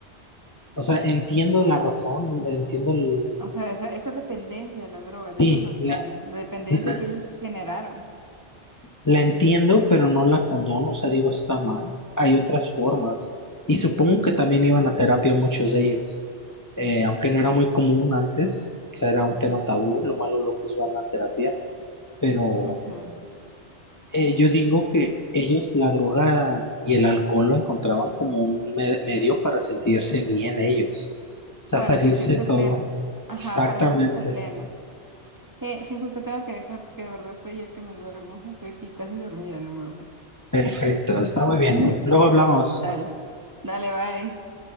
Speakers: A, on the left; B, on the right.
A: O sea, entiendo la razón, entiendo el...
B: O sea, esa, esa dependencia de las drogas, eso
A: Sí,
B: es lo difícil,
A: la,
B: la dependencia
A: la,
B: que ellos generaron
A: la entiendo, pero no la condono, o sea, digo, está mal. Hay otras formas. Y supongo que también iban a terapia muchos de ellos, eh, aunque no era muy común antes, o sea, era un tema tabú, lo malo locos van a terapia, pero
B: ujú,
A: Eh, yo digo que ellos la droga y el alcohol lo encontraban como un me- medio para sentirse bien ellos, o sea,
B: para
A: salirse
B: sentirse
A: de todo.
B: plenos. Ajá,
A: Exactamente,
B: para sentirse plenos. Eh, Jesús, te tengo que dejar porque de verdad estoy ya que me duermo, estoy aquí casi dormida en el mueble.
A: perfecto, está muy bien.
B: <laughs>
A: Luego hablamos.
B: Dale, dale, bye.